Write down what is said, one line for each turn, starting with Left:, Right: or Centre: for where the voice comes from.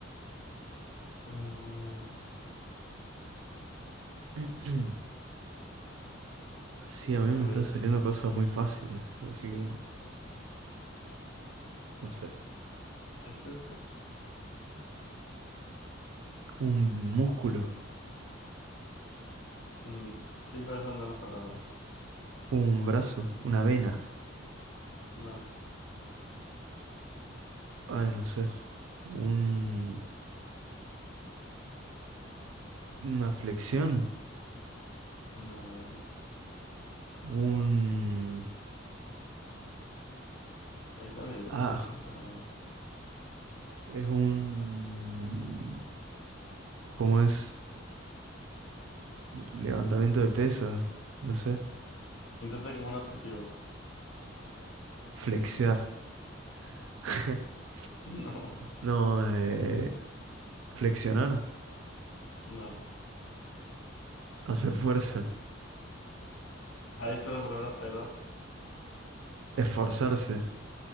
Left: Eh,
Right: <clears throat> Sí, a mí
Left: a
Right: me
Left: ver,
Right: están
Left: eso,
Right: saliendo cosas muy fáciles, así que no sé.
Left: eso es.
Right: Un músculo,
Left: mm, sí, pero eso no es la palabra.
Right: un brazo, una vena,
Left: No,
Right: ay, no sé. Un, una flexión,
Left: no.
Right: un...
Left: Esa me dibujo,
Right: Ah,
Left: ¿eh? Esa no.
Right: es un... ¿Cómo es? Levantamiento de pesas, no sé.
Left: Intenta como un adjetivo.
Right: Flexear. <laughs>
Left: <laughs> No,
Right: No, eh, Flexionar,
Left: no.
Right: hacer fuerza,
Left: Ahí está la palabra, pero.
Right: esforzarse,